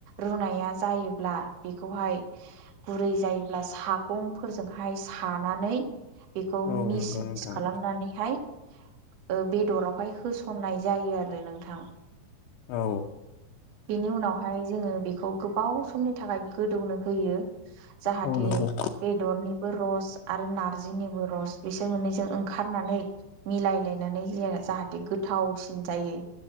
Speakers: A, on the right; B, on the left.
A: रुनाया जायोब्ला बेखौहाय गुरै जायोब्ला सागंफोरजोंहाय सानानै बेखौ
B: औ
A: मिस
B: नंगौ
A: मिस
B: नोंथां
A: खालामनानैहाय ओ बेदराव हाय होसननाय जायो आरो नोंथां।
B: औ
A: बेनि उनावहाय जोङो बेखौ गोबाव समनि थाखाय गोदौनो होयो। जाहाथे
B: औ नंगौ
A: बेदरनिबो रस आरो नारजिनिबो रस बिसोर मोननैजों ओं खारनानै मिलायलायनानै जे-जाहा थे गोथावसिन जायो।